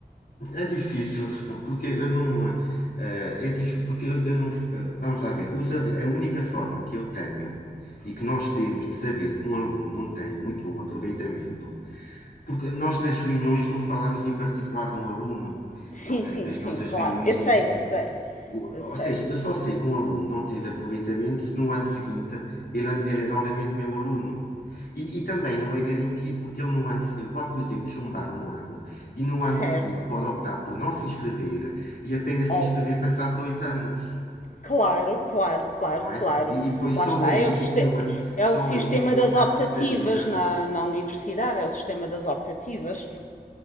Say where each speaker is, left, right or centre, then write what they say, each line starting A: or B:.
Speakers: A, on the left (about 70°); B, on the left (about 50°).
A: É difícil responder, porque eu não. eh, é dif- porque eu, eu não. eh, vamos lá ver. Usa, a única forma que eu tenho e que nós temos de saber que um aluno não tem muito bom aproveitamento, porque nós nas reuniões não falamos em particular de um aluno.
B: Sim,
A: No- eh,
B: sim,
A: As
B: sim,
A: nossas
B: claro.
A: reuniões
B: Eu sei,
A: não,
B: eu sei.
A: o-
B: Eu sei.
A: Ou seja, eu só sei que um aluno não teve aproveitamento se no ano seguinte ele, ele é novamente meu aluno. E, e também não é garantido, porque ele, no ano, se- ele pode, por exemplo, chumbar um ano e no ano
B: Certo.
A: seguinte pode optar por não se inscrever e apenas se
B: Óbvio.
A: inscrever passado dois anos,
B: Claro, claro, claro,
A: não é?
B: claro.
A: E, e depois
B: Lá
A: só
B: está.
A: aí
B: É o, siste-
A: é que eu, ac-
B: é o
A: só
B: sistema
A: aí é que eu
B: das
A: acabo
B: optativas
A: por saber
B: na, na universidade, é o sistema das optativas.